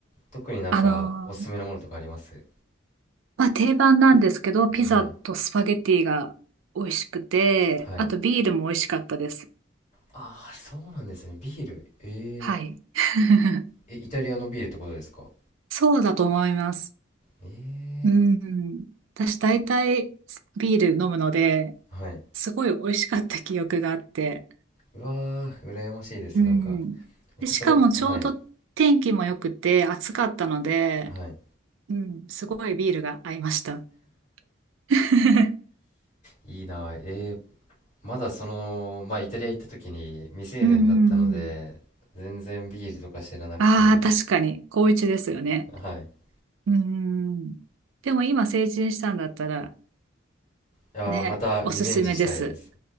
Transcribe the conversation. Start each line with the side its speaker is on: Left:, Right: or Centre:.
Left: 特になんかおすすめのものとかあります
Right: あのー、まあ、定番なんですけど、ピザとスパゲティが美味しくて、
Left: はい。はい。
Right: あとビールも美味しかったです。
Left: ああ、そうなんですね。ビール。ええ。
Right: はい。<laughs>
Left: え、イタリアのビールってことですか
Right: そうだと思います。
Left: ええ。
Right: うん。私大体ビール飲むので、
Left: はい。
Right: すごい美味しかった記憶があって。
Left: うわー、羨ましいです。
Right: うん。
Left: なんか、僕その、
Right: で、しかもちょうど天気も良くて暑かったので、
Left: はい。はい。
Right: うん、すごいビールが合いました。<laughs>
Left: いいなあ。えーまだその、まあ、イタリア行った時に未成年だったので、
Right: うんうんうん。
Left: 全然ビールとか知らなくて。
Right: ああ、確かに、高一ですよね。
Left: <laughs> はい。
Right: うーん。でも今成人したんだったら、
Left: あまたリベンジしたいです。
Right: ね、おすすめです。